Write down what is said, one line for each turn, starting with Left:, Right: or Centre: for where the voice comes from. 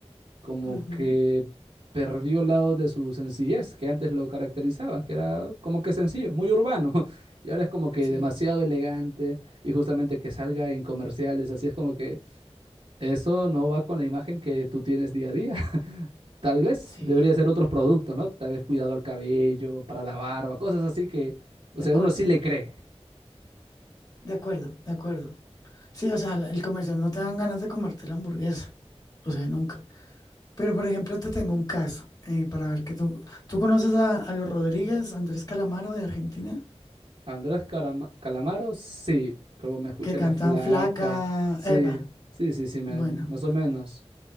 Right: como
Left: ujú,
Right: que perdió lado de su sencillez que antes lo caracterizaban, que era como que sencillo, muy urbano, <laughs> y ahora es como que
Left: Sí,
Right: demasiado elegante y justamente que salga en comerciales, así es como que eso no va con la imagen que tú tienes día a día. <laughs> Tal vez
Left: sí,
Right: debería
Left: mm,
Right: ser otros productos, ¿no? Tal vez cuidado al cabello, para la barba, cosas así que,
Left: de
Right: o sea,
Left: acuerdo,
Right: uno sí le cree.
Left: de acuerdo, de acuerdo. Sí, o sea, la- el comercial no te dan ganas de comerte la hamburguesa. O sea, nunca. Pero, por ejemplo, te tengo un caso eh, para ver que tú. ¿Tú conoces a, a los Rodríguez, Andrés Calamaro de Argentina?
Right: Andrés Carama- Calamaro, sí, como me escuché
Left: Que
Right: la
Left: cantan
Right: flaca,
Left: Flaca.
Right: sí,
Left: Epa.
Right: sí, sí, sí, me-
Left: Bueno,
Right: más o menos.